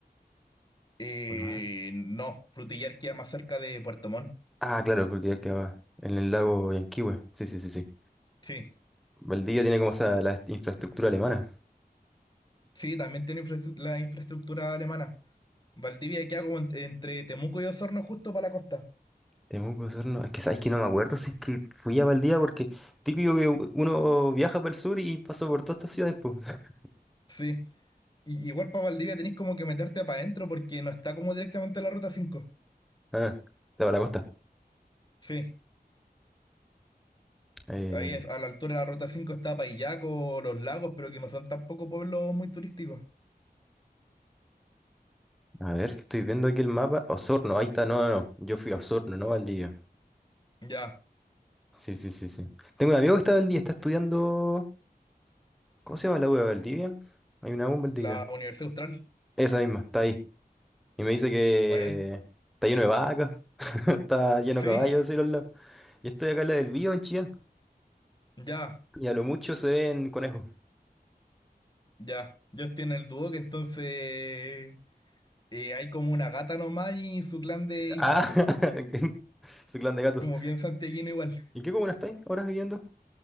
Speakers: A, on the left; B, in the centre.
A: Eh,
B: ¿O no?
A: no, Frutillar queda más cerca de Puerto Montt.
B: Ah, claro, Frutillar quedaba en el lago Yanquihue. Sí, sí, sí, sí.
A: Sí,
B: Valdivia tiene como esa la infraestructura alemana.
A: sí, también tiene infraestru- la infraestructura alemana. Valdivia queda como en- entre Temuco y Osorno justo para la costa.
B: Tenemos que usarnos- Es que sabes que no me acuerdo si es que fui a Valdivia porque típico que u- uno viaja para el sur y pasa por todas estas ciudades, pues. <laughs>
A: Sí. Y- igual para Valdivia tenés como que meterte para adentro porque no está como directamente a la ruta cinco
B: Ah, estaba la costa.
A: Sí,
B: Eh,
A: ahí es, a la altura de la ruta 5 está Paillaco, los lagos, pero que no son tampoco pueblos muy turísticos.
B: a ver, que estoy viendo aquí el mapa. Osorno, ahí está. No, no, no. Yo fui a Osorno, no a Valdivia.
A: Ya,
B: Sí, sí, sí, sí. Tengo un amigo que está en Valdivia, está estudiando. ¿Cómo se llama la U de Valdivia? Hay una U en Valdivia.
A: la Universidad Austral.
B: Esa misma, está ahí. Y me dice que
A: Bueno,
B: está lleno de vacas, <laughs> está lleno
A: sí,
B: de caballos, así los lados. Y estoy acá en la del Bío, en Chillán.
A: ya,
B: Y a lo mucho se ven conejos.
A: ya. Ellos tienen el dúo que entonces eh, hay como una gata nomás y su clan de hijos,
B: Ah, <laughs> su clan de gatos.
A: como bien santiaguino igual,
B: ¿Y en qué comuna estáis ahora viviendo?